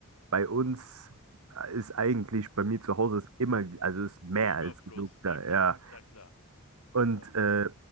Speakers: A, on the right; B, on the left.
A: bei uns ist eigentlich, bei mir zu Hause ist immer, also ist mehr
B: Überfluss,
A: als genug da,
B: na klar,
A: ja.
B: na klar.
A: Und
B: Ja.
A: äh,